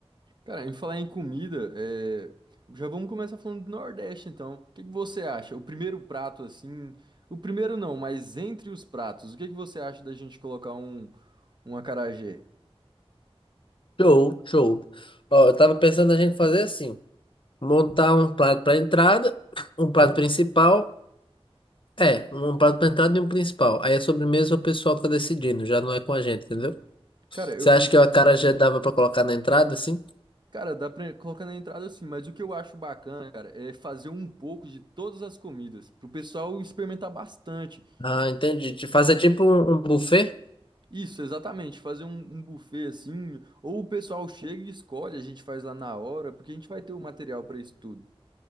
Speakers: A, on the right (about 45°); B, on the left (about 55°).
A: Cara, em falar em comida, é, já vamos começar falando do Nordeste, então. O que que você acha? O primeiro prato, assim. O primeiro não, mas entre os pratos, o que que você acha da gente colocar um, um acarajé?
B: Show, show. Ó, eu tava pensando a gente fazer assim, montar um prato para entrada, um prato principal, É, um prato pra entrada e um principal. Aí a sobremesa é o pessoal que tá decidindo, já não é com a gente, entendeu?
A: Cara, eu,
B: Você acha
A: o
B: que
A: que
B: o acarajé dava pra colocar na entrada, assim?
A: Cara, dá pra colocar na entrada assim, mas o que eu acho bacana, cara, é fazer um pouco de todas as comidas, pro pessoal experimentar bastante.
B: Ah, entendi. De Fazer tipo um, um buffet?
A: Isso, exatamente, fazer um, um buffet assim, ou o pessoal chega e escolhe, a gente faz lá na hora, porque a gente vai ter o material pra isso tudo.